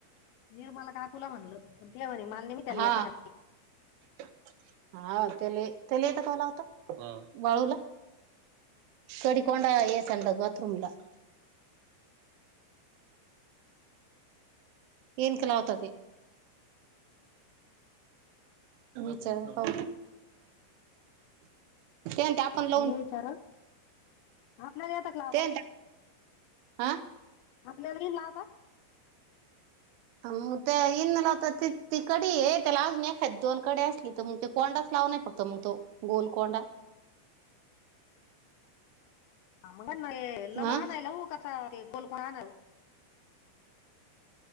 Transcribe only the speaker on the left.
निरमाला काकुला म्हणलं पण ते म्हणे नाही मी त्याला
येतं का
विचार णा दिहा तक ला
मधल्याला येन ला आवता
ह मग ल
मग आणायला हो काचा गोलकोण आणा